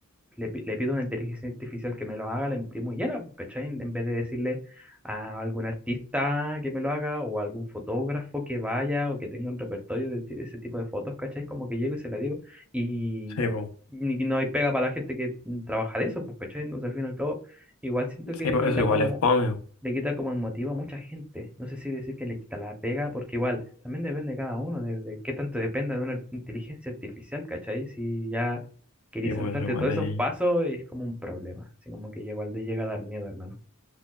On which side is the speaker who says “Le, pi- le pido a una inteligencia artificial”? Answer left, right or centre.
Centre